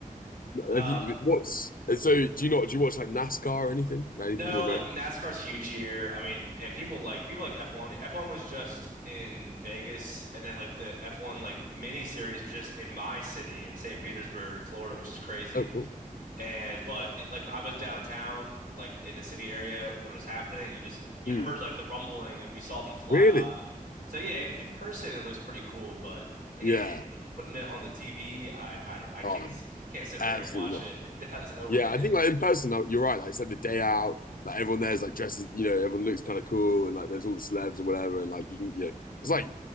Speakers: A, on the right; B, on the left.
A: Um,
B: have you, what's so? Do you not do you watch like NASCAR or anything? Like, Anything
A: no,
B: more American?
A: like NASCAR's huge here. I mean, and people like people like F1. F1 was just in Vegas, and then like the F1 like mini series was just in my city in St. Petersburg, Florida, which is crazy.
B: Oh, cool.
A: And but like I was downtown, like in the city area when it was happening, you just you
B: Hmm.
A: heard like the rumbling, and we saw them fly
B: really?
A: by. So yeah, in, in person it looks pretty cool, but again,
B: Yeah.
A: yeah, yeah, just putting it on the TV, I I don't I can't
B: Oh,
A: s- can't sit
B: Absolutely
A: there and watch
B: not.
A: it. <laughs> There's no way.
B: Yeah, I think like in person, like, you're right. Like it's like the day out, like everyone there's like dresses, you know, everyone looks kind of cool, and like there's all the celebs and whatever, and like you can, you know, it's like